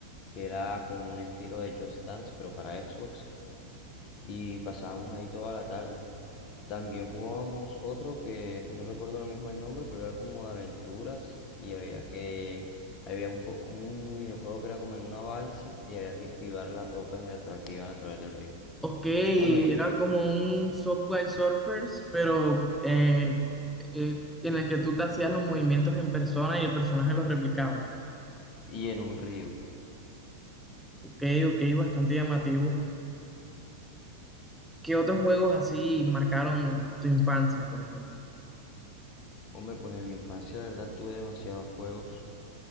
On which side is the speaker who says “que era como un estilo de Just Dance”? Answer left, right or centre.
Left